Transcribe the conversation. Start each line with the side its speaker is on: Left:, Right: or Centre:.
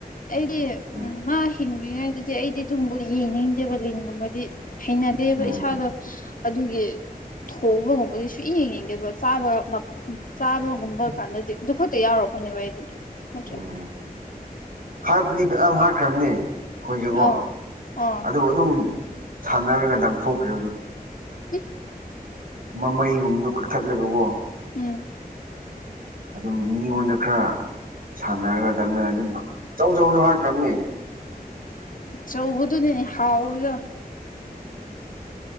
Left: ꯑꯩꯗꯤ
Right: ꯎꯝ
Left: ꯎ ꯃꯥ ꯍꯤꯡꯉꯥꯏꯗꯨꯗꯤ ꯑꯩꯗꯤ ꯑꯗꯨꯨꯝꯕꯗꯤ ꯌꯦꯡꯅꯤꯡꯗꯦꯕ ꯂꯤꯟꯒꯨꯝꯕꯗꯤ ꯍꯩꯅꯗꯦꯕ
Right: ꯎꯝ
Left: ꯏꯁꯥꯗꯣ ꯑꯗꯨꯒꯤ ꯍꯣꯡꯕꯒꯨꯝꯕꯗꯤ ꯁꯨꯛ ꯌꯦꯡ ꯌꯦꯡꯗꯕ ꯆꯥꯕ ꯆꯥꯕꯒꯨꯝꯕ ꯀꯥꯟꯗꯗꯤ ꯑꯗꯨꯈꯠꯇ ꯌꯥꯎꯔꯕ ꯕꯗꯤ ꯅꯆꯗꯤ
Right: ꯎꯝ ꯍꯥꯠꯄꯗꯤ ꯐꯖ ꯌꯥꯝ ꯍꯥꯠꯈ꯭ꯔꯕꯅꯦ ꯑꯩꯈꯣꯏꯁꯤꯒꯣ
Left: ꯑꯥ ꯑꯥ
Right: ꯑꯗꯨꯕꯨ ꯑꯗꯨꯝ ꯈꯅꯔꯒ ꯂꯪꯊꯣꯛꯈ꯭ꯔꯦꯣ ꯑꯗꯨꯝ
Left: ꯎ
Right: ꯃꯃꯩꯒꯨꯝꯕꯗꯨꯣ ꯀꯛꯊꯠꯂꯒꯕꯣ
Left: ꯎꯝ
Right: ꯑꯗꯨꯝ ꯃꯤꯉꯣꯟꯗ ꯈꯔ ꯁꯥꯟꯅꯔꯒ ꯂꯛꯅꯔ ꯑꯗꯨꯝꯕ ꯑꯆꯧ ꯑꯆꯧꯗꯣ ꯍꯥꯏꯔꯈ꯭ꯔꯕꯅꯦ
Left: ꯆꯧꯧꯕꯗꯗꯤ ꯍꯥꯎꯥꯎꯗ